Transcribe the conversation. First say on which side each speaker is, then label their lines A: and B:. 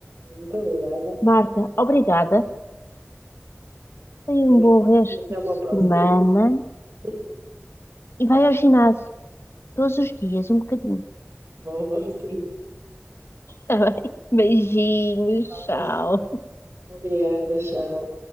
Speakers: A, on the right; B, on the left.
A: Muito obrigada.
B: Marta, obrigada. Tenha
A: E
B: um
A: a-
B: bom resto
A: e até
B: de
A: uma próxima.
B: semana
A: <laughs>
B: e vai ao ginásio todos os dias, um bocadinho.
A: Vou, vou, sim.
B: Está bem? Beijinhos,
A: Aulas.
B: tchau. Tchau.
A: Obrigada, tchau.